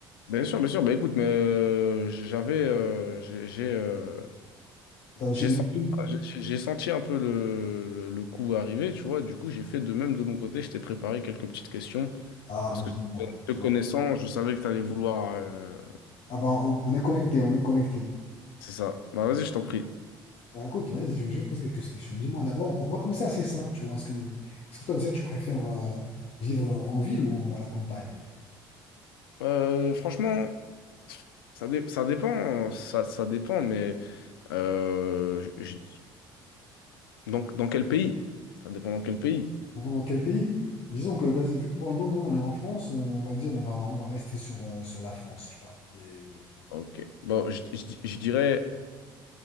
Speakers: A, on the left; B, on the left.
A: Bien sûr, bien sûr. Bah, écoute, mais euh, j'avais, euh, j'ai, j'ai, euh,
B: Tu as aussi
A: j'ai
B: des
A: senti,
B: questions?
A: j'ai j'ai senti un peu le, le coup arriver, tu vois. Du coup, j'ai fait de même de mon côté. Je t'ai préparé quelques petites questions
B: Ah,
A: parce
B: ben
A: que
B: j'aime bien, tu
A: te connaissant,
B: vois.
A: je savais que tu allais vouloir. euh,
B: Ah ben, on, on est connecté, on est connecté.
A: c'est ça. Bah, vas-y, je t'en prie.
B: Bah écoute, vas-y, je vais juste poser quelques questions. Dis-moi d'abord, on on va commencer assez simple, tu vois. Est-ce que, est-ce que toi déjà tu préfères euh, vivre euh, en ville ou à la campagne?
A: Euh, franchement, ça, dé- ça dépend, ça, ça dépend, mais euh, je- je- donc dans quel pays? Ça dépend dans quel pays.
B: Vraiment, Dans quel pays? Disons que, vas-y, vu que pour le moment on est en France, on va dire on va, on va rester sur, euh, sur la France, tu vois. Des-
A: Ok. Bon, je je- je dirais.